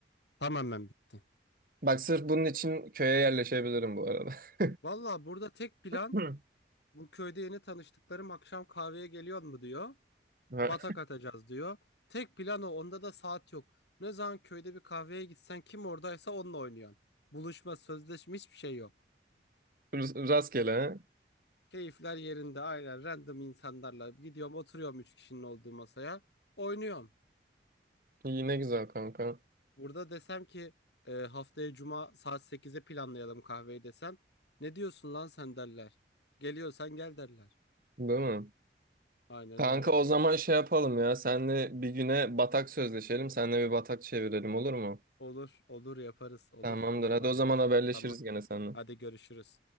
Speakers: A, on the left; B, on the right.
A: Tamamen bitti.
B: bak sırf bunun için köye yerleşebilirim bu arada. <laughs>
A: Valla burada tek plan
B: Hı.
A: bu köyde yeni tanıştıklarım akşam kahveye geliyor mu diyor.
B: Ha,
A: Batak atacağız diyor. Tek plan o. Onda da saat yok. Ne zaman köyde bir kahveye gitsen kim oradaysa onunla oynuyorsun. Buluşma, sözleşme hiçbir şey yok.
B: r- Rastgele ha.
A: Keyifler yerinde aynen random insanlarla gidiyorum oturuyorum üç kişinin olduğu masaya. Oynuyorum.
B: İyi ne güzel kanka.
A: Burada desem ki e, haftaya cuma saat sekize planlayalım kahveyi desem. Ne diyorsun lan sen derler. Geliyorsan gel derler.
B: Değil mi?
A: Aynen
B: Kanka
A: öyle.
B: o zaman şey yapalım ya. Senle bir güne batak sözleşelim. Senle bir batak çevirelim olur mu?
A: Olur, olur yaparız, olur.
B: Tamamdır.
A: On numara
B: Hadi o zaman
A: olur.
B: haberleşiriz
A: Tamam.
B: gene seninle.
A: Hadi görüşürüz.